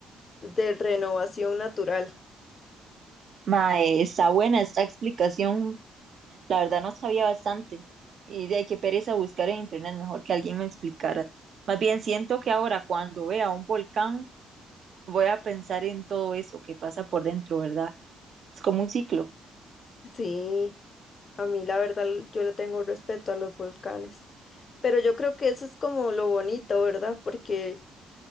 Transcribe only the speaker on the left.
De renovación natural.
Sí, a mí la verdad yo le tengo respeto a los volcanes. Pero yo creo que eso es como lo bonito, ¿verdad? Porque